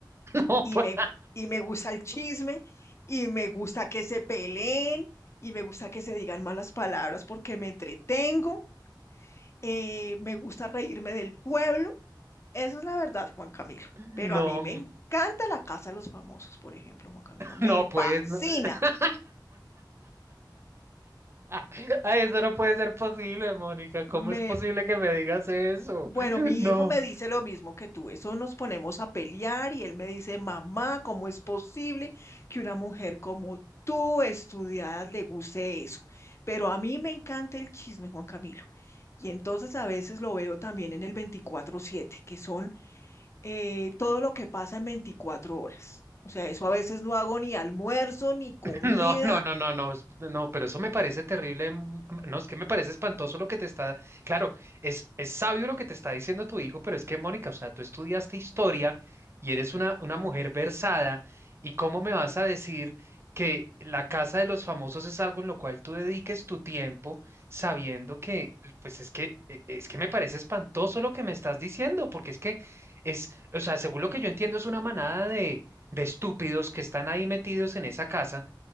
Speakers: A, on the right; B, on the left.
A: No,
B: Y
A: pues,
B: me, gu- y me gusta el chisme, y me gusta que se peleen, y me gusta que se digan malas palabras porque me entretengo. eh, me gusta reírme del pueblo. Eso es la verdad, Juan Camilo.
A: no,
B: Pero a mí me encanta la casa de los famosos, por ejemplo, Juan Camilo. Me
A: no, pues,
B: fascina.
A: no. <laughs> <laughs> Ay, eso no puede ser posible, Mónica. ¿Cómo
B: Me,
A: es posible que me digas eso?
B: bueno,
A: <laughs>
B: mi
A: No.
B: hijo me dice lo mismo que tú. Eso nos ponemos a pelear y él me dice, mamá, ¿cómo es posible que una mujer como tú, estudiada, le guste eso? Pero a mí me encanta el chisme, Juan Camilo. Y entonces a veces lo veo también en el veinticuatro siete, que son eh, todo lo que pasa en 24 horas. O sea, eso a veces no hago ni almuerzo, ni comida.
A: <laughs> No, no, no, no, no, es- no, pero eso me parece terrible. mm, mm, No, es que me parece espantoso lo que te está. Claro, es, es sabio lo que te está diciendo tu hijo, pero es que, Mónica, o sea, tú estudiaste historia y eres una, una mujer versada, ¿y cómo me vas a decir que la casa de los famosos es algo en lo cual tú dediques tu tiempo sabiendo que, pues es que, e- es que me parece espantoso lo que me estás diciendo, porque es que es, o sea, según lo que yo entiendo, es una manada de, de estúpidos que están ahí metidos en esa casa